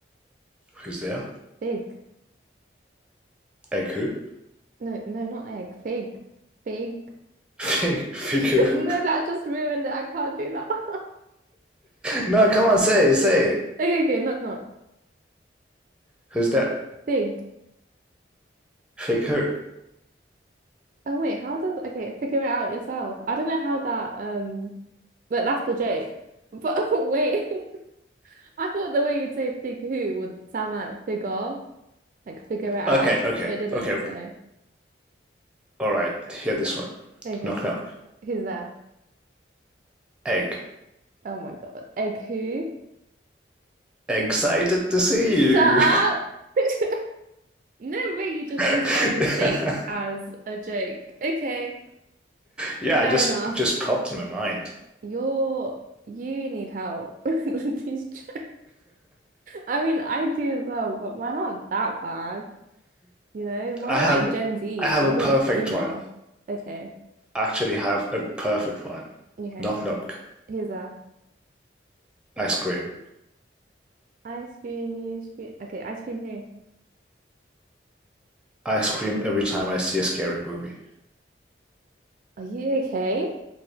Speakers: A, in the centre; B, on the right.
A: Who's there?
B: Fig.
A: Egg who?
B: No, no, not egg. Fig. Fig. <laughs>
A: <laughs> Fig, fig who?
B: No,
A: <laughs>
B: that just ruined it. I can't do that. <laughs>
A: No, come on, say, say.
B: Okay, okay, knock knock.
A: Who's there?
B: Fig.
A: Fig who?
B: Oh wait, how does okay, figure it out yourself. I don't know how that um but that's the joke. But <laughs> wait, <laughs> I thought the way you'd say fig who would sound like figure, like figure it out,
A: Okay, okay,
B: but it didn't,
A: okay.
B: so
A: All right, hear this one.
B: okay.
A: Knock, knock.
B: Who's there?
A: Egg.
B: Oh my God. Egg who?
A: Excited to see
B: Shut
A: you.
B: up! <laughs> No way, you just
A: <laughs>
B: used my mistake as a joke. Okay,
A: yeah, I
B: fair
A: just
B: enough.
A: just popped in my mind.
B: You're you need help <laughs> with these jo- I mean, I do as well, but mine aren't that bad. You know, mine
A: I
B: are
A: have
B: like Gen Z.
A: I have
B: Yours
A: a perfect
B: are just boomer.
A: one.
B: Okay,
A: I Actually have a perfect one.
B: okay.
A: Knock knock.
B: Here's a
A: I scream.
B: ice cream. You scream. Okay, ice cream here.
A: I scream every time I see a scary movie.
B: Are you okay?